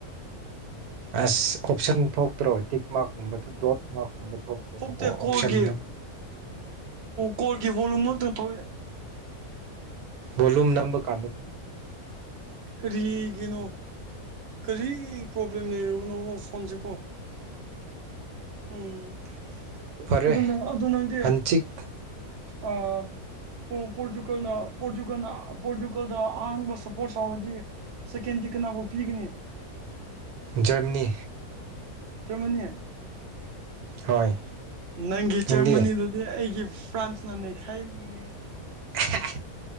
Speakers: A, on the right; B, on the right.
A: ꯑꯁ ꯑꯣꯞꯁꯟ ꯊꯣꯛꯇ꯭ꯔꯣ ꯇꯤꯛ ꯃꯥꯔꯛꯀꯨꯝꯕꯗꯨ ꯗꯣꯠ ꯃꯥꯔꯛꯀꯨꯝꯕ ꯊꯣꯛꯇ꯭ꯔꯣ
B: ꯊꯣꯛꯇꯦ ꯀꯣꯜꯒꯤ
A: ꯑꯣꯞꯁꯟ
B: ꯀꯣꯜꯒꯤ ꯕꯣꯜꯂꯨꯝ ꯊꯣꯛꯋꯦ
A: ꯚꯣꯂꯨꯝ ꯅꯝꯕ ꯀꯥꯟꯗ
B: ꯀꯔꯤꯒꯤꯅꯣ ꯀꯔꯤ ꯄ꯭ꯔꯣꯕ꯭ꯂꯦꯝ ꯂꯩꯔꯕꯅꯣꯕ ꯐꯣꯟꯁꯦꯀꯣ ꯎꯝ
A: ꯐꯔꯦ
B: ꯑꯗꯨ ꯅꯪ ꯑꯗꯨ ꯅꯪꯗꯤ
A: ꯍꯟꯆꯤꯛ
B: ꯑ ꯄꯣ ꯄꯣꯔꯇꯨꯒꯜꯅ ꯄꯣꯔꯇꯨꯒꯜꯅ ꯄꯣꯔꯇꯨꯒꯜꯗ ꯑꯍꯥꯟꯕ ꯁꯄꯣꯔꯁ ꯇꯧꯔꯗꯤ ꯁꯦꯀꯦꯟꯗꯤ ꯀꯅꯥꯕꯨ ꯄꯤꯒꯅꯤ
A: ꯖꯔꯃꯅꯤ
B: ꯖꯔꯃꯅꯤ
A: ꯍꯣꯏ
B: ꯅꯪꯒꯤ
A: ꯅꯪꯗꯤ
B: ꯆꯔꯃꯅꯤꯗꯨꯗꯤ ꯑꯩꯒꯤ ꯐ꯭ꯔꯥꯟꯁꯅ ꯅꯩꯈꯥꯏꯔꯤꯅꯦꯃꯦ
A: ꯍꯥꯥ